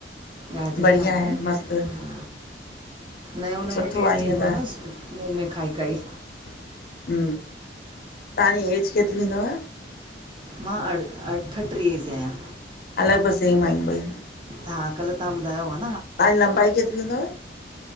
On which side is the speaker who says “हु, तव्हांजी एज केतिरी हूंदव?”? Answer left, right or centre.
Left